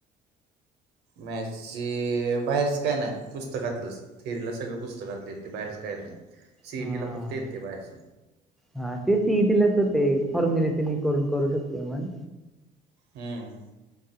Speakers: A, on the right; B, in the centre.
A: मॅचचे बाहेरच काय नाही पुस्तकातलंच. थिअरीला सगळं पुस्तकातले येते बाहेरच काहीेत नाही सीईटी
B: हा
A: ला फक्त येते बाहेरच.
B: हा तेच इथच होते फॉर्मलिटी मी करून करू शकतो मण
A: हम्म.